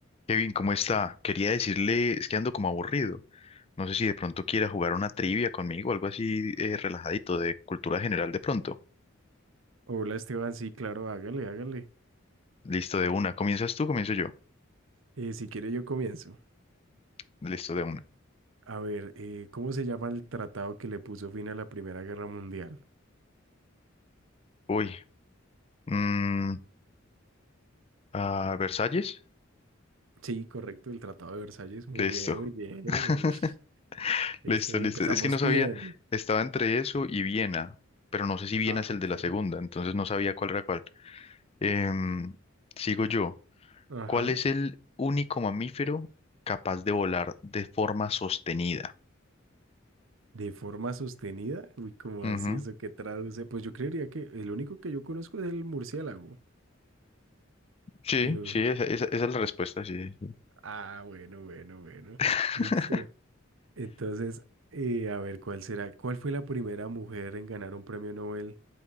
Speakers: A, on the left; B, on the right.
A: Kevin, ¿cómo está? Quería decirle, es que ando como aburrido. No sé si de pronto quiera jugar una trivia conmigo, algo así eh, relajadito, de cultura general de pronto.
B: Hola Esteban, sí, claro, hágale, hágale.
A: Listo, de una. ¿Comienzas tú? ¿Comienzo yo?
B: Eh, si quiere yo comienzo.
A: Listo, de una.
B: A ver, eh, ¿cómo se llama el tratado que le puso fin a la Primera Guerra Mundial?
A: Uy. mm, ah, ¿Versalles?
B: Sí, correcto, el Tratado de Versalles. Muy
A: Listo.
B: bien, muy bien.
A: <laughs>
B: ush. Eso,
A: Listo,
B: empezamos
A: listo. Es que no sabía,
B: bien.
A: estaba entre eso y Viena, pero no sé si Viena
B: Ah,
A: es el
B: ok.
A: de la segunda, entonces no sabía cuál era cuál. Em, sigo yo.
B: Ajá.
A: ¿Cuál es el único mamífero capaz de volar de forma sostenida?
B: De forma sostenida, uy, ¿como
A: Ujú.
B: así eso que traduce? Pues yo creería que el único que yo conozco es el murciélago,
A: Sí,
B: pero...
A: sí, esa, esa- esa es la respuesta, sí. sí, sí.
B: Ah, bueno, bueno, bueno,
A: <laughs>
B: listo. Entonces, eh, a ver, ¿cuál será? ¿Cuál fue la primera mujer en ganar un premio Nobel